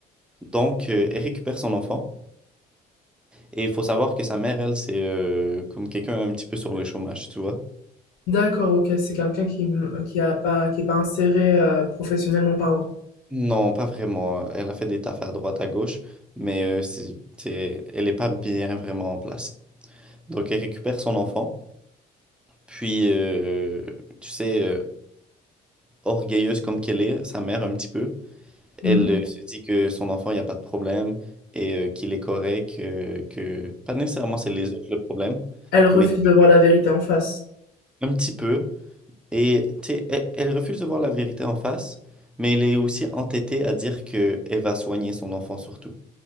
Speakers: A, in the centre; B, on the left (about 75°).
A: Donc, euh, elle récupère son enfant. Et il faut savoir que sa mère, elle, c'est euh, comme quelqu'un un petit peu sur le chômage, tu vois.
B: D'accord, ok, c'est quelqu'un qui, mmh, qui a pas, qui est pas inséré euh, professionnellement parlant.
A: Non, pas vraiment. Elle a fait des tafs à droite, à gauche, mais euh, c'est, c'est- elle n'est pas bien vraiment en place. Donc, elle récupère son enfant. Puis, euh, tu sais, euh, orgueilleuse comme qu'elle est, sa mère un petit peu,
B: Hmm.
A: elle euh, se dit que son enfant, il n'y a pas de problème et euh, qu'il est correct, que, que pas nécessairement c'est les autres le problème,
B: Elle refuse
A: mais
B: de voir la vérité en face.
A: un petit peu. Et tu sais, elle, elle refuse de voir la vérité en face, mais elle est aussi entêtée à dire que elle va soigner son enfant surtout.